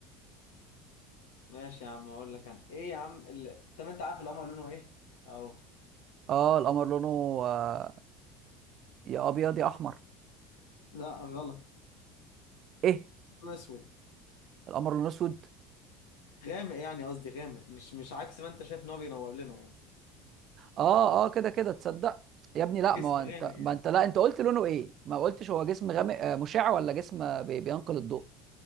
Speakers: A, on the left; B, on the right.
A: ماشي يا عم اقول لك انا ايه يا عم اللي... طب انت عارف القمر لونه ايه اهو
B: اه القمر لونه آه، يا ابيض يا احمر
A: لا غلط
B: ايه
A: لون اسود
B: القمر لونه اسود
A: غامق يعني قصدي غامق مش مش عكس ما انت شايف ان هو بينور لنا يعني
B: اه اه كده كده تصدق يا ابني لا
A: جسم
B: ما هو انت
A: غامق يعني
B: ما انت لا انت قلت لونه ايه ما قلتش هو جسم غامق آه، مشع ولا جسم آه، بي- بينقل الضوء